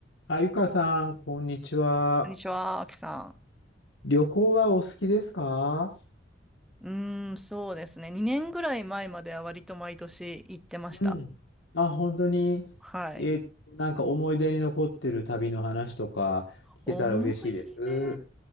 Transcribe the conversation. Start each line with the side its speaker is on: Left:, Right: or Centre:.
Left: あ、ゆかさん、こんにちは。
Centre: こんにちは、あきさ
Left: 旅行はお好きですか
Centre: ん。うーん、そうですね。2年ぐらい前までは割と毎年行ってました。
Left: うん。あ、本当に、
Centre: はい。
Left: えーなんか思い出に残ってる旅の話とか聞けたら嬉しいです。
Centre: 思い出、